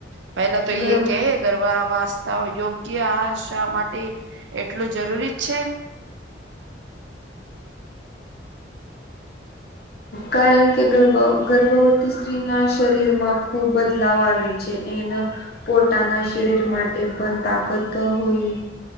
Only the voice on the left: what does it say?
ગર્ભ
કારણ કે ગર્ભ ગર્ભવતી સ્ત્રીના શરીરમાં ખૂબ બદલાવ આવે. એના પોતાના શરીર માટે પણ તાકત હોય.